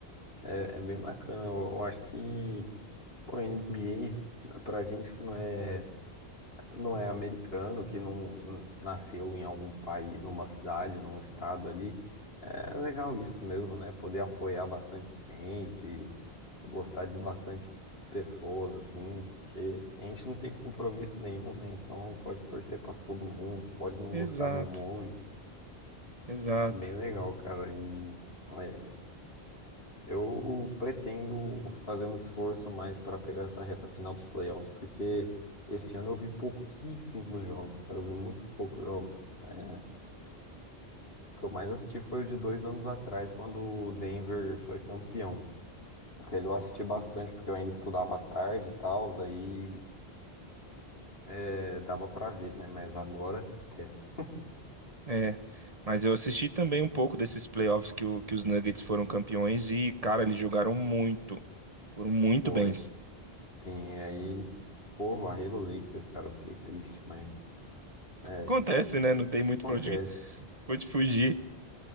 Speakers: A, on the left; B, on the right.
A: É, é bem bacana. Eu, eu acho que o NBA, pra gente que não é, não é americano, que não não nasceu em algum país, numa cidade, num estado ali, é legal isso mesmo, né? Poder apoiar bastante gente, gostar de bastante pessoas, assim, porque a gente não tem compromisso nenhum, né? Então pode torcer pra todo mundo, pode não
B: Exato,
A: gostar de um monte.
B: exato.
A: É bem legal, cara. E. é, Eu pretendo fazer um esforço mais para pegar essa reta final dos playoffs, porque esse ano eu vi pouquíssimos jogos, cara. Eu vi muito poucos jogos. É, o que eu mais assisti foi os de dois anos atrás, quando o Denver foi campeão. Aquele eu assisti bastante, porque eu ainda estudava à tarde e tal, aí é, dava pra ver, né? Mas agora, esquece.
B: É. Mas eu assisti também um pouco desses playoffs que, o, que os Nuggets foram campeões e, cara, eles jogaram muito, foram muito
A: Foi.
B: bem.
A: Sim, aí, pô, varreram o Lakers, cara. Eu fiquei triste, mas é,
B: Acontece, né? Não tem muito
A: acontece.
B: pra onde, <laughs> pra onde fugir.